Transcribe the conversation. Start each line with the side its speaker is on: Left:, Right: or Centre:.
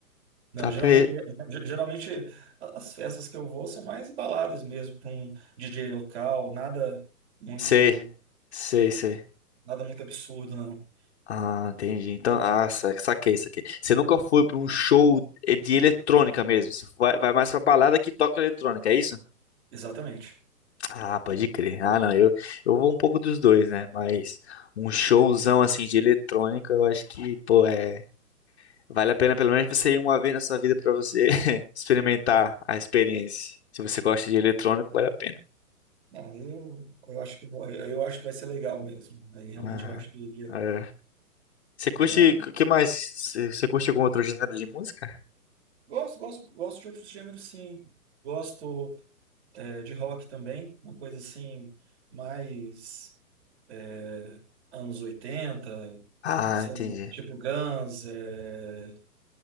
Right: Não,
Left: Tá
Right: geralmente,
Left: per...
Right: ge- geralmente a- as festas que eu vou são mais baladas mesmo, com DJ local, nada muito,
Left: Sei, sei, sei.
Right: nada muito absurdo, não.
Left: Ah, entendi. Então, ah, sa- saquei, saquei. Você nunca foi pra um show de eletrônica mesmo. Você vai, vai mais pra balada que toca eletrônica, é isso?
Right: Exatamente.
Left: Ah, pode crer. Ah, não, eu, eu vou um pouco dos dois, né? Mas um showzão assim de eletrônica, eu acho que, pô, é. Vale a pena pelo menos você ir uma vez na sua vida pra você <laughs> experimentar a experiência. Se você gosta de eletrônico, vale a pena.
Right: Não, eu, eu acho que vou- eu, eu acho que vai ser legal mesmo. Aí realmente
Left: Ah,
Right: eu acho que eu iria.
Left: é. Você curte,
Right: né?
Left: o que mais? Você você curte algum outro gênero de música?
Right: Gosto, gosto, gosto de outros gêneros, sim. Gosto, é, de rock também, uma coisa assim mais é, anos oitenta
Left: Ah,
Right: sei
Left: entendi.
Right: lá, tipo Guns, é,